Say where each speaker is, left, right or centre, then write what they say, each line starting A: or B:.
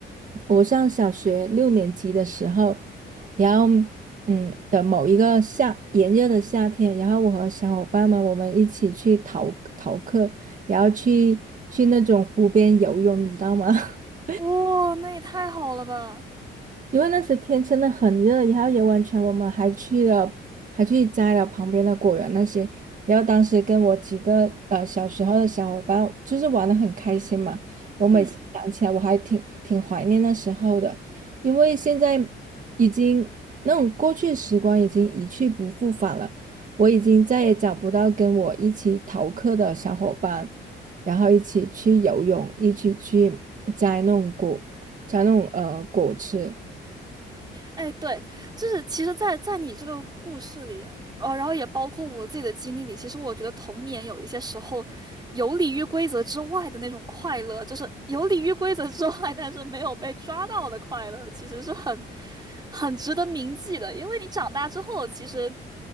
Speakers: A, on the right; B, on the right.
A: 我上小学六年级的时候，然后嗯的某一个夏炎热的夏天，然后我和小伙伴们我们一起去逃逃课，然后去去那种湖边游泳，你知道吗？<laughs>
B: 哇、那也太好了吧，
A: 因为那时天真的很热，然后游完全我们还去了，还去摘了旁边的果园那些。然后当时跟我几个呃小时候的小伙伴，就是玩的很开心嘛。我每次想起来，
B: 嗯。
A: 我还挺挺怀念那时候的，因为现在已经那种过去的时光已经一去不复返了。我已经再也找不到跟我一起逃课的小伙伴，然后一起去游泳，一起去摘那种果，摘那种呃果吃。
B: 哎，对，就是其实在，在你这个故事里，呃，然后也包括我自己的经历里，其实我觉得童年有一些时候游离于规则之外的那种快乐，就是游离于规则之外，但是没有被抓到的快乐，其实是很很值得铭记的。因为你长大之后，其实